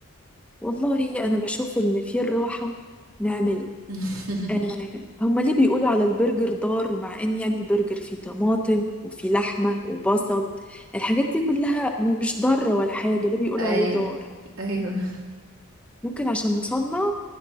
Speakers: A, in the centre; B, on the right.
A: والله أنا بشوف إن في الراحة نعمله
B: <laughs>
A: آه هما ليه بيقولوا على البرجر ضار مع إن يعني البرجر فيه طماطم وفيه لحمة وبصل الحاجات دي كلها مش ضارة ولا حاجة ليه بيقولوا
B: ايوه
A: عليه ضار؟
B: ايوه
A: ممكن عشان مصنع